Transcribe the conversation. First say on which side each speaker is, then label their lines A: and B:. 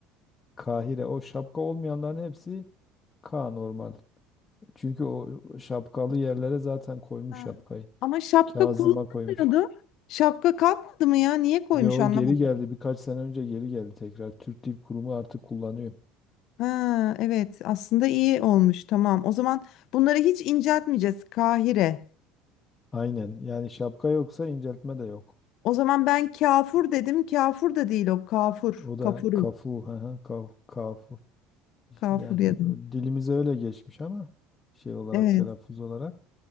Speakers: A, on the left; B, on the left.
A: Kahire. O şapka olmayanların hepsi K normal. Çünkü o şapkalı yerlere zaten koymuş
B: Ha.
A: şapkayı.
B: Ama şapka
A: Kazıma
B: kullanmıyordu.
A: koymuş.
B: Şapka kalkmadı mı ya? Niye koymuş
A: Ya o
B: anlamadım.
A: geri geldi birkaç sene önce geri geldi tekrar. Türk Dil Kurumu artık kullanıyor.
B: Ha, evet aslında iyi olmuş tamam. O zaman bunları hiç inceltmeyeceğiz. Kahire.
A: Aynen yani şapka yoksa inceltme de yok.
B: O zaman ben kafur dedim. Kafur da değil o. Kafur.
A: O da
B: Kafuru.
A: kafu, hı hı, kaf, kafu.
B: Kafur
A: Yani
B: dedim.
A: dilimize öyle geçmiş ama şey olarak
B: Evet.
A: telaffuz olarak.